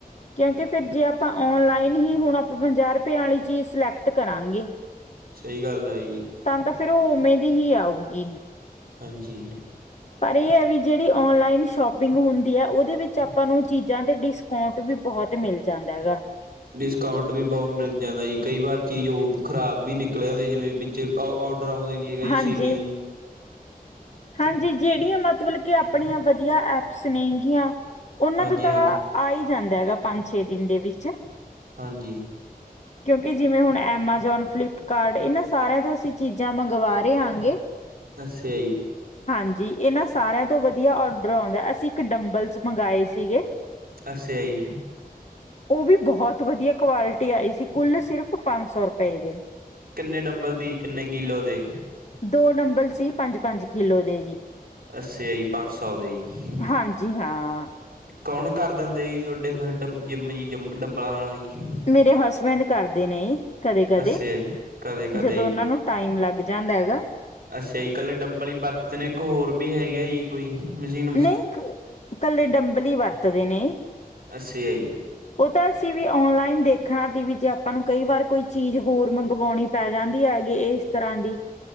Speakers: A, on the left; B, on the right.
A: ਕਿਉਂਕਿ ਫਿਰ ਜੇ ਆਪਾਂ ਓਨਲਾਈਨ ਹੀ ਹੁਣ ਆਪਾਂ ਪੰਜਾਹ ਰੁਪਏ ਵਾਲੀ ਚੀਜ਼ ਸਿਲੈਕਟ ਕਰਾਂਗੇ
B: ਸਹੀ ਗੱਲ ਹੈ ਜੀ।
A: ਤਾਂ ਤਾਂ ਫੇਿਰ ਉਹ ਉਵੇਂ ਦੀ ਹੀ ਆਊਗੀ।
B: ਹਾਂਜੀ।
A: ਪਰ ਇਹ ਹੈ ਵੀ ਜਿਹੜੀ ਔਨਲਾਈਨ ਸ਼ੋਪਿੰਗ ਹੁੰਦੀ ਹੈ ਉਹਦੇ ਵਿੱਚ ਆਪਾਂ ਨੂੰ ਚੀਜ਼ਾਂ ਤੇ ਡਿਸਕ ਅਊਂਟ ਵੀ ਬਹੁਤ ਮਿਲ ਜਾਂਦਾ ਹੈਗਾ।
B: ਡਿਸਕਾਊਂਟ ਵੀ ਬਹੁਤ ਮਿਲ ਜਾਂਦਾ ਜੀ। ਕਈ ਵਾਰ ਚੀਜ਼ ਹੋ ਖ਼ਰਾਬ ਵੀ ਨਿਕਲਿਆ ਹੁੰਦੀ ਜਿਵੇਂ ਵਿੱਚ ਔਡਰ ਆਉਂਦੇ ਹੈਗਾ ਜੀ
A: ਹਾਂਜੀ
B: ਛੇਤੀ ਉੰ
A: ਹਾਂਜੀ, ਜਿਹੜੀਆਂ ਮਤਲਬ ਕਿ ਆਪਣੀਆਂ ਵਧੀਆ ਐਪਸ ਨੇਗੀਆਂ ਉਹਨਾਂ
B: ਹਾਂਜੀ
A: ਤੋਂ ਤਾਂ
B: ਹਾਂਜੀ
A: ਆ ਹੀ ਜਾਂਦਾ ਹੈਗਾ ਪੰਜ-ਛੇ ਦਿਨ ਦੇ ਵਿੱਚ।
B: ਹਾਂਜੀ।
A: <inaudible> ਕਿਉਂਕਿ ਜਿਵੇਂ ਹੁਣ ਐਮਏ ਜੋਨ ਫਲਿੱਪਕਾਰਡ ਇਹਨਾਂ ਸਾਰਿਆਂ ਤੋਂ ਅਸੀਂ ਚੀਜ਼ਾਂ ਮੰਗਵਾ ਰਹੇ ਹਾਂਗੇ
B: ਅੱਛਾ ਜੀ
A: ਹਾਂਜੀ ਇਹ ਨਾ ਸਾਰਿਆਂ ਤੋਂ ਵਧੀਆ ਔਡਰ ਆਉਂਦਾ ਅਸੀਂ ਇੱਕ ਡੰਬਲਸ ਮੰਗਵਾਏ ਸੀਗੇ
B: ਅੱਛਾ ਜੀ
A: ਉਹ ਵੀ ਬਹੁਤ ਵਧੀਆ ਕੁਆਲਿਟੀ ਆਈ ਸੀ। ਕੁੱਲ ਸਿਰਫ ਪੰਜ ਸੌ ਰੁਪਏ ਦੇ
B: ਕਿੰਨੇ ਡੰਬਲ ਦੀ, ਕਿੰਨੇ ਕਿੱਲੋ ਦੇ?
A: ਦੋ ਨੰਬਰ ਸੀ, ਪੰਜ-ਪੰਜ ਕਿਲੋ ਦੇ ਜੀ।
B: ਅੱੱਸੇ ਆਈ, ਪੰਜ ਸੌ ਦੇ ਈ।
A: ਹਾਂਜੀ ਹਾਂ
B: ਕੌਣ ਕਰ ਦਾ ਹੋੰਦਾ ਜੀ ਤੁਹਾਡੇ ਫਿਰ ਜਿੰਮ ਜੀ ਜਮ, ਡੰਬਲਾਂ ਆਲਾ ਜੀ?
A: ਮੇਰੇ ਹਸਬੈਂਡ ਕਰਦੇ ਨੇ ਕਦੇ-ਕਦੇ,
B: ਅੱਛਾ ਜੀ ਕਦੇ ਕਦੇ
A: ਜਦੋਂ ਉਹਨਾਂ
B: ਜੀ
A: ਨੂੰ ਟਾਈਮ ਲੱਗ ਜਾਂਦਾ ਹੈਗਾ।
B: ਅੱਛਾ ਜੀ, ਇਕੱਲੇ ਡੰਬਲ ਹੀ ਵਰਤਨੇ ਇੱਕ ਹੋਰ ਵੀ ਹੈਗੇ ਜੀ? ਕੋਈ ਮਜ਼ੀਨ
A: ਨਹੀਂ ਕੱਲੇ ਡੰਬਲ ਹੀ ਵਰਤਦੇ ਨੇ।
B: ਅੱਛਾ ਜੀ
A: ਉਹ ਤਾਂ ਅਸੀਂ ਵੀ ਔਨਲਾਈਨ ਦੇਖਣਾ ਸੀ ਵੀ ਜੇ ਆਪਾਂ ਨੂੰ ਕਈ ਵਾਰ ਕੋਈ ਚੀਜ਼ ਹੋਰ ਮੰਗਵਾਉਣੀ ਪੈ ਜਾਂਦੀ ਹੈਗੀ ਇਹ ਇਸ ਤਰ੍ਹਾਂ ਦੀ